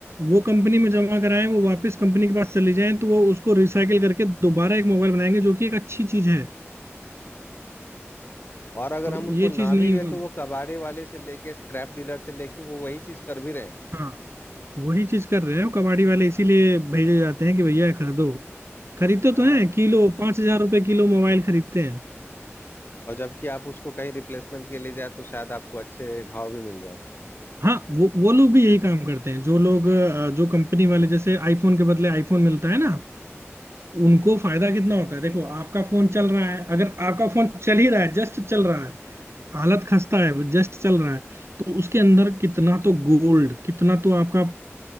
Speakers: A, on the right; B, on the left.
A: वो कंपनी में जमा कराएं वो वापस कंपनी के पास चली जाएं तो वो उसको रिसाइकिल करके दोबारा एक मोबाइल बनाएंगे जो कि एक अच्छी चीज है
B: और अगर
A: तो
B: हम उनको
A: ये
B: ना
A: चीज
B: भी
A: नहीं
B: दे
A: हो-
B: तो वो कबाड़े वाले से लेके स्क्रैप डीलर से लेके वो वही चीज कर भी रहे हैं
A: हाँ वही चीज कर रहे हैं वो कबाड़ी वाले इसीलिए भेजे जाते हैं कि भैया ये खरीदो खरीदते तो
B: हाँ
A: हैं किलो पांच हजार रुपए किलो मोबाइल खरीदते हैं
B: और जबकि आप उसको कहीं रिप्लेसमेंट के लिए जाए तो शायद आपको अच्छे भाव भी मिल जाए
A: हाँ वो वो लोग भी यही काम करते हैं जो लोग अ, जो कंपनी वाले जैसे आईफोन के बदले आईफोन मिलता है ना उनको फायदा कितना होता है देखो आपका फोन चल रहा है अगर आपका फोन चल ही रहा है जस्ट चल रहा है हालत खस्ता है वो जस्ट चल रहा है तो उसके अंदर कितना तो गोल्ड कितना तो आपका